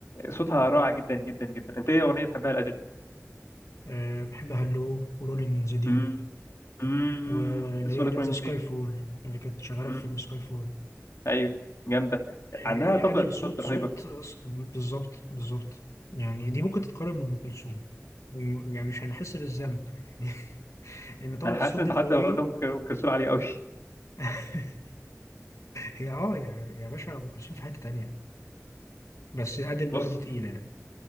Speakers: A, on the left; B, on the left.
A: صوتها رائع جدا جدا جدا انت ايه اغنيه بتحبها لعادل
B: أه بحب هالو ورولينج ان ذا ديب
A: امم امم
B: واللي
A: كنت لسه
B: هي
A: بقول لك
B: ليت
A: Rolling
B: ذا سكاي
A: Deep.
B: فول اللي كانت شغاله
A: مم.
B: في فيلم سكاي فول
A: ايوه جامده
B: هي
A: عندها
B: هي
A: طبقه
B: ادل صوت
A: صوت
B: صوت
A: رهيبه
B: ص- بالظبط بالظبط يعني دي ممكن تتقارن بام كلثوم وم- يعني مش هنحس بالذنب يعني <laughs> لان طبقه
A: انا
B: الصوت
A: حاسس ان
B: دي
A: انت
B: قويه
A: حتى وقت ام كلثوم عليه قوي
B: <laughs> هي اه يا يا باشا ام كلثوم في حته تانية بس عادل برضو
A: بص
B: تقيله يعني